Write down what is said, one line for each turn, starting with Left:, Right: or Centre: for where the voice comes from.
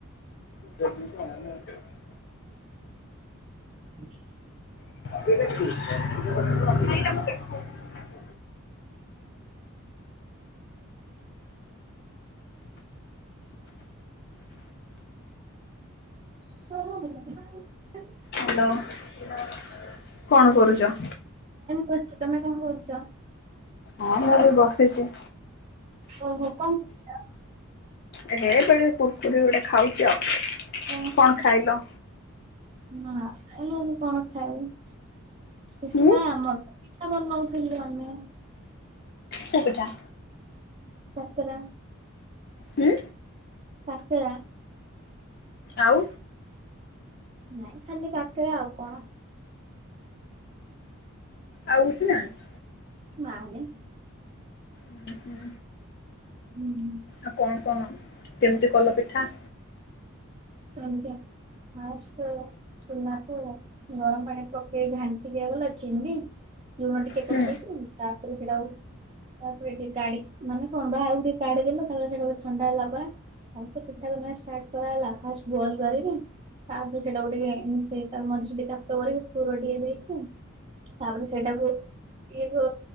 Left: ଜ <inaudible>
Right: <inaudible>
Left: ଟ କେ <unintelligible> <inaudible>
Right: <unintelligible>
Left: ହ୍ୟାଲୋ କଣ କରୁଚ?
Right: ବସିଚି ତମେ କଣ କରୁଚ?
Left: ହଁ ମୁଁ ବି ବସିଚି।
Right: ଓହୋ କଣ ଖାଇଲ?
Left: ଏ ହେ ଏବେ କୁରକୁରି ଗୋଟେ ଖାଉଚି ଆଉ କଣ
Right: ଓହୋ
Left: ଖାଇଲ?
Right: ନା ଏମିତି କଣ ଖାଇବି। କିଛି
Left: ହୁଁ
Right: ନାହିଁ ଆମର ପିଠା ବନଉଥିଲୁ ଆମେ
Left: ସେ ପିଠା।
Right: କାକେରା
Left: ହୁଁ?
Right: କାକେର।
Left: ଆଉ।
Right: ନାଇଁ ଖାଲି କାକେରା ଆଉ କଣ?
Left: ଆଉ କିଛି ନାଇଁ?
Right: ନାଇଁ।
Left: ଉଁ ହୁଁ।
Right: ଉଁ ହୁଁ।
Left: ଆଉ କଣ କଣ କେମିତି କଲ ପିଠା?
Right: ସେମିତି ଫାର୍ଷ୍ଟ ଚୁନାକୁ ଗରମ ପାଣି ପକେଇ ଘାଣ୍ଟି ଦିଆଗଲା। ଚିନି ଲୁଣ ଟିକ ଟିକେ
Left: ହୁଁ
Right: ପକେଇକି ତା ପରେ ସେଇଟାକୁ ତା ପରେ ଟିକେ କାଢି ମାନେ କଣ ବାହାରକୁ ଟିକେ କାଢି ଦେଲ ତା ପରେ ସେଇଟା କୁ ଥଣ୍ଡା ହେଲା ପରେ ଆଉ ସେ ପିଠା ବନେଇବା ଷ୍ଟାର୍ଟ କରାହେଲା ଫାଷ୍ଟ ବଲ କରବି। ତାପରେ ସେଇଟାକୁ ଟିକେ ଏମତି ତା ମଝିରେ ଟିକେ ଗାତ କରିକି ପୁର ଟିକେ ଦେଇକି ତାପରେ ସେଇଟାକୁ ଇଏ କ